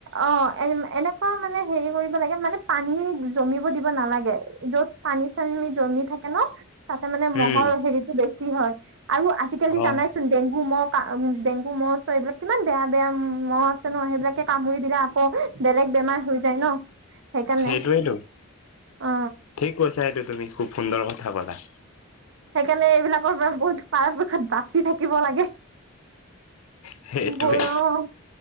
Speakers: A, on the right; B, on the left.
A: অ এ এনে আকৌ মানে হেৰি কৰিব লাগে মানে পানী জমিব দিব নালাগে য'ত, পানী চানী জমি থাকে ন তাতে মানে মহৰ
B: উম,
A: হেৰিতো বছ কি হয়? আৰু আজিকালি
B: অ',
A: জানাইচোন ডেংগু মহ ডেংগু মছ এইবিলাক কিমান বেয়া বেয়া ম ন সেইবিলাকে কামুৰি দিলে আকৌ বেলেগ বেমাৰ হৈ যায় ন সেইকাৰণে
B: সেইটয়েইতো
A: অ
B: ঠিক কৈছা এইটো <inaudible> সুন্দৰ কথা ক'লা।
A: কেনে এইবিলাকৰ পৰা বহুত পাৰতপক্ষত বাচি থাকিব লাগে।
B: সেইটোৱে
A: ব, অ'